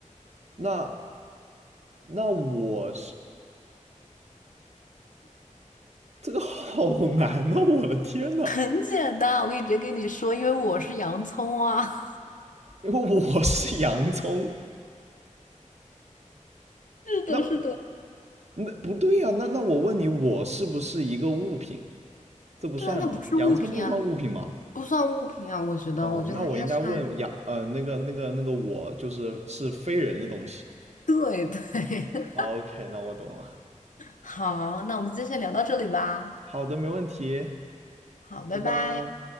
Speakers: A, on the right; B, on the left.
A: 那那我是这个好难呐、我的天呐，
B: <laughs> 很简单，我可以直接跟你说，因为我是洋葱啊。<laughs>
A: 因为我是洋葱，
B: 是的，
A: 那
B: 是的。
A: 那不对呀、啊那那我问你，我是不是一个物品？这不算吗？
B: 对啊，它不是物品啊，
A: 洋葱不算物品吗？
B: 不算物品啊，我觉得，
A: 哦，
B: 我觉得它应该算那种。
A: 那我应该问洋呃那个那个那个我就是是非人的东西。
B: 对对。<laughs>
A: OK，那我懂了。
B: 好，那我们今天先聊到这里吧。
A: 好的，没问题。
B: 好，拜拜。
A: 拜拜。